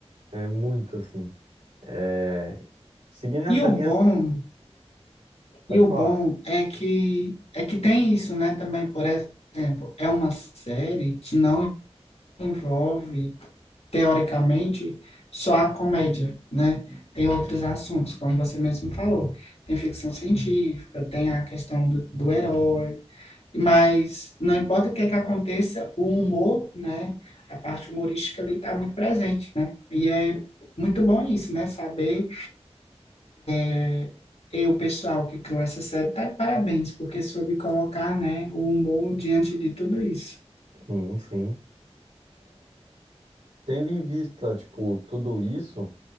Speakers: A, on the right; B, on the left.
A: É muito assim. É... Seguindo essa
B: E o
A: linha,
B: bom,
A: pode
B: e o
A: falar.
B: bom é que é que tem isso, né? Também, por exemplo, é uma série que não envolve teoricamente, só a comédia, né? Tem outros assuntos, como você mesmo falou. Tem ficção científica, tem a questão do, do herói, mas não importa o que é que aconteça, o humor, né? A parte humorística ali está muito presente, né? E é muito bom isso, né? Saber É, e o pessoal que criou essa série tá de parabéns, porque soube colocar, né, o humor diante de tudo isso.
A: Sim, sim. Tendo em vista, tipo, tudo isso,